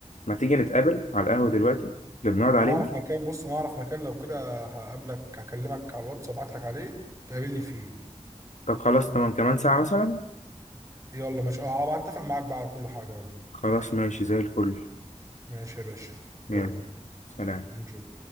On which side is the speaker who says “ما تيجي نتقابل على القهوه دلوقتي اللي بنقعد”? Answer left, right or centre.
Left